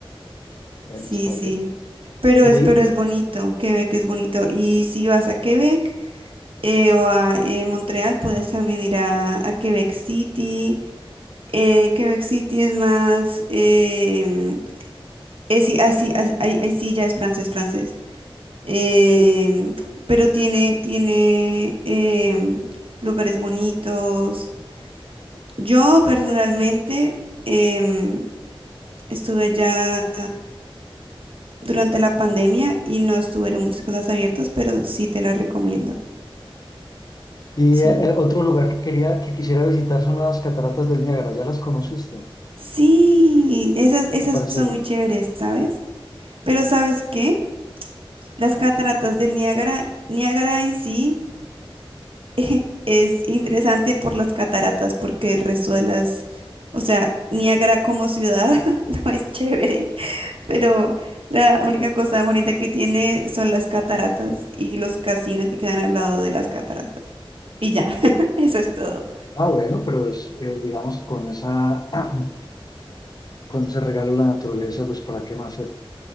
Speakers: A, on the left (about 45°); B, on the right (about 70°).
A: Bueno,
B: sí,
A: está
B: sí.
A: bien.
B: Pero
A: Y,
B: es, pero es bonito, Quebec es bonito. Y si vas a Quebec, eh, o a eh, Montreal, puedes también ir a, a Quebec City. Eh, Quebec City es más, em, es, sí, así, as- ahí, ahí sí ya es francés, francés. Em, pero tiene, tiene em, lugares bonitos. Yo personalmente em, estuve ya durante la pandemia y no estuvieron muchas cosas abiertas, pero sí te las recomiendo.
A: y
B: Sí.
A: eh, eh, otro lugar que quería, que quisiera visitar son las cataratas del Niágara. ¿Ya las conociste?
B: Sí, esas, esas
A: ¿Qué te parecieron?
B: son muy chéveres, ¿sabes? Pero ¿sabes qué? Las cataratas del Niágara, Niágara en sí <laughs> eh, es interesante por las cataratas, porque el resto de las, o sea, Niágara como ciudad <laughs> no es chévere, pero la única cosa bonita que tiene son las cataratas y los casinos que quedan al lado de las cataratas. Y ya, <laughs> eso es todo.
A: Ah, bueno, pero es, eh, digamos, con esa, <clears throat> con ese regalo de la naturaleza, pues ¿para qué más esto?